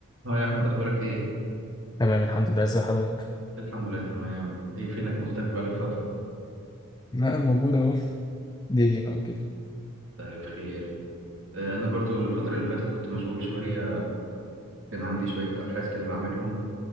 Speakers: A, on the right; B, on the left.
A: اه يا احمد اخبارك ايه
B: تمام الحمد لله ازي حضرتك
A: الحمد لله تمام ايه فينك مختفي بقالك فتره
B: لا موجود اهو دنيا بقى وكده
A: طيب خير آه، انا برضو الفتره اللي فاتت كنت مشغول شويه كان عندي شويه ابحاث كده بعملهم